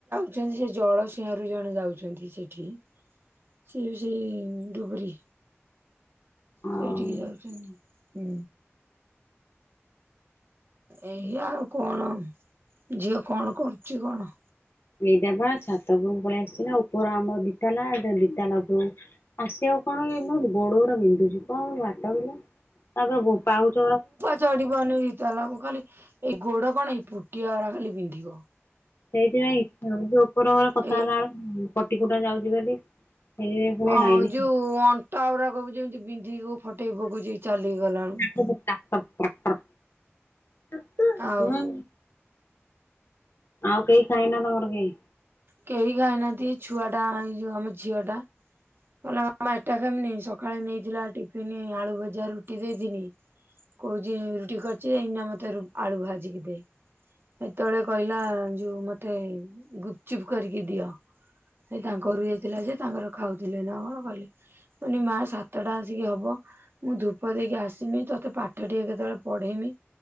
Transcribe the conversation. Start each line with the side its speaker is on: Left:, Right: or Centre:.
Right: ଅଛନ୍ତି ସେଜଳ ସିଂହରୁ ଜଣେ ଯାଉଚନ୍ତି ସେଠି ସିଏବି ସେଇ ଡୁବରି
Left: ଆଉ
Right: ସେଇଠିକି ଯାଉଚନ୍ତି ହୁଁ। ଏଇଆ ଆଉ କଣ ଝିଅ କଣ କରୁଚି କଣ?
Left: ଏଇଟବା ଛାତ ଉପରୁକୁ ପଳେଇ ଆସିଚିନା ଉପର ଆମର ଦିତାଲା ଏଟା ଦିତାଲା ଉପରକୁ ଆସିବାକୁ କଣକି ଖାଲି ଗୋଡ଼ଗୁରା ବିନ୍ଧୁଚି କମ୍ ବାଟକିଲୋ ତାପରେ ପାଉଚଅରା
Right: ଚଢିପାରୁନି ଦିତାଲାକୁ ଖାଲି ଏଇ ଗୋଡ଼ କଣକି ଏଇ ପୁଟିଆରା ଖାଲି ପିନ୍ଧିବ।
Left: ସେଇଥିପାଇଁ ଇଛା ହୋଉନି ଯୋଉପର ଘରେ କଥା
Right: ଏଇ
Left: ହେଲାବେଳୁ ପଟିକୁଟା ଯାଉଚି ବୋଲି ସେଇଥିପାଇଁ ପୁଣି
Right: ଅଯୋଉ
Left: ଆଇଲି
Right: ଅଣ୍ଟା ଆଉରାକବି ଯେମତି ବିନ୍ଧି କଉ ଫଟେଇ ପକଉଚିକି ଚାଲିକି ଗଲାଆଳକୁ।
Left: କହ ଟ୍ରାକ୍ଟର ଟ୍ରାକ୍ଟର ଟାକ୍ଟର
Right: ଆଉ
Left: ହୁଁ। ଆଉ କେହି ଖାଇନା ତମର କେଇ?
Right: କେହି ଖାଇନାହାନ୍ତି ଛୁଆଟା ଏଇଯୋଉ ଆମ ଝିଅ ଟା କଇଲା ମାମା ଏଟା ଖାଇମିନି ସକାଳେ ନେଇଥିଲା ଟିଫିନ୍ ଆଳୁ ଭଜା, ରୁଟି ଦେଇଥିନି କହୁଚି ରୁଟି କରିଚି ଏଇନା ମତେ ରୁ ଆଳୁ ଭାଜିକି ଦେ। ସେତେବେଳେ କହିଲା ଯୋଉ ମତେ ଗୁପ୍ ଚୁପ୍ କରିକି ଦିଅ ସେଇ ତାଙ୍କ ଘରକୁ ଯାଇଥିଲାଯେ ତାଙ୍କର ଖାଉଥିଲେନା କଣ କହିଲେ ପୁଣିମା ସାତଟା ଆସିକି ହବ ମୁଁ ଧୂପ ଦେଇକି ଆସିମି ତୋତେ ପାଠ ଟିକେ କେତେବେଳେ ପଢେଇମି